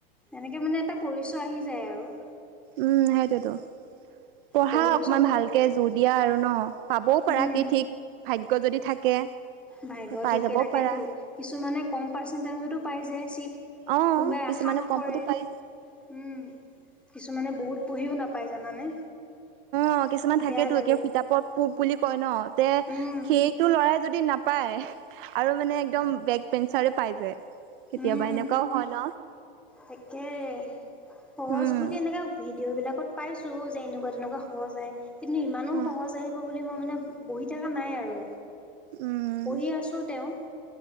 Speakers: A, in the centre; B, on the right.
A: এনেকে মানে এটা পৰিচয় আহি যায় আৰু।
B: উম, সেইটোৱেটো। পঢ়া
A: পঢ়িব
B: অকমান
A: চবৰে।
B: ভালকে জোৰ দিয়া আৰু ন পাবও পাৰা
A: উম
B: কি ঠিক ভাগ, যদি থাকে।
A: ভাইৰ
B: পাই
A: ঠিকে
B: যাবও
A: তাকেতো
B: পাৰা
A: কিছুমানানে কম পাৰ্চেন্টেজতো পাই যায় চিট।
B: অ
A: কোনোবাই
B: কিছুমানে
A: আশা নকৰে
B: কমতো পায়
A: উম, কিছুমানে বহুত পঢ়িও নাপ। পাই জানানে।
B: অ, কিছুমান থাকেতো
A: বেয়া লাগে
B: এতিয়া কিতাপত পুক বুলি কয় ন তে
A: উম
B: সেইটো লৰাই যদি ন। পাই আৰু মানে একদম বেক পেঞ্চাৰ পাই যায়। কেতিয়াবা
A: উম,
B: এনেকুৱাও হয় ন
A: তাকে সহজ
B: উম
A: বুলি এনেকে ভিত ভিডিঅ' বিলাকত পাইছো যে এনেকুৱা তেনেকুৱা সহজ আহে, কিন্তু ইমানো
B: উম
A: সহজ আহিব বুলি মই মানে বহি থকা নাই আৰু।
B: উম
A: পঢ়ি আছোঁ তেওঁ।